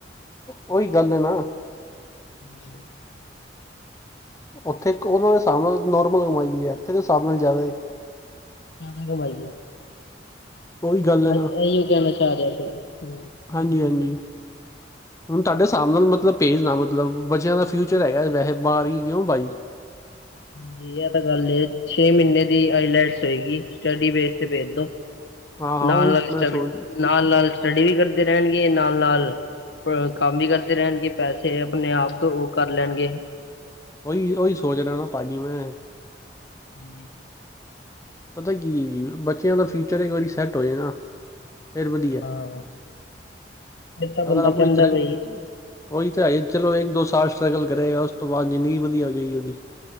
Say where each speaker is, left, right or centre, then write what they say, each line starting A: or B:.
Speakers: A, on the left; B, on the left.
A: ਉਹੀ ਗੱਲ ਐ ਨਾ।
B: <inaudible>
A: ਉੱਥੇ ਇੱਕ ਉਹਨਾਂ ਦੇ ਹਿਸਾਬ ਨਾਲ ਨੋਰਮਲ ਕਮਾਈ ਐ ਇੱਥੇ ਦੇ ਹਿਸਾਬ ਨਾਲ ਜ਼ਿਆਦਾ।
B: ਜ਼ਿਆਦਾ ਕਮਾਈ
A: ਉਹੀ ਗੱਲ ਹੈ ਨਾ
B: ਏ ਇਹੀਓ ਕਹਿਣਾ ਚਾਅ ਰਿਹਾ ਫਿਰ ਸੀ।
A: ਹਾਂਜੀ ਹਾਂਜੀ। ਹੁਣ ਤੁਹਾਡੇ ਹਿਸਾਬ ਨਾਲ ਮਤਲਬ ਭੇਜ ਨਾ ਮਤਲਬ ਬੱਚਿਆਂ ਦਾ ਫਿਊਚਰ ਹੈਗਾ ਵੈਸੇ ਬਾਰ ਈ ਕਿਉਂ ਭਾਜੀ।
B: ਹਾਂਜੀ ਏ ਤਾਂ ਗੱਲ ਐ ਛੇ ਮਹੀਨੇ ਦੀ ਆਈਲੈਟਸ ਹੋਏਗੀ ਸਟੱਡੀ ਬੇਸ ਤੇ ਭੇਜ ਦੋ।
A: ਹਾਂ ਹਾਂ
B: ਨਾਲ-ਨਾਲ
A: ਉਹੀ ਮੈਂ
B: ਸਟ
A: ਸੋਚ
B: ਨਾਲ-ਨਾਲ ਸਟੱਡੀ ਵੀ ਕਰਦੇ ਰਹਿਣਗੇ ਨਾਲ-ਨਾਲ ਕੰਮ ਈ ਕਰਦੇ ਰਹਿਣਗੇ ਪੈਸੇ ਆਪਣੇ ਆਪ ਉਹ ਕਰ ਲੈਣਗੇ।
A: ਓਹੀ ਓਹੀ ਸੋਚ ਰਿਹਾ ਨਾ ਭਾਜੀ ਮੈਂ।
B: ਹਾਂਜੀ,
A: ਪਤਾ ਕੀ ਐ ਜੀ ਬੱਚਿਆਂ ਦਾ ਫਿਊਚਰ ਇੱਕ ਵਾਰੀ ਸੈੱਟ ਹੋਜੇ ਨਾ। ਫੇਰ ਵਧੀਆ
B: ਹਾਂ, ਫਿਰ ਤਾਂ ਬੰਦਾ
A: ਅਗਰ ਆਪਣੀ
B: ਕਹਿੰਦਾ
A: ਇਤਰਾ
B: ਬਈ
A: ਉਹੀ ਤਾਂ ਹੈ ਚਲੋ ਇੱਕ ਦੋ ਸਾਲ। ਸਟਰਗਲ ਕਰੇਗਾ ਉਸ ਤੋਂ ਬਾਅਦ ਜ਼ਿੰਦਗੀ ਵਧੀਆ ਹੋ ਜਾਏਗੀ ਉਹਦੀ।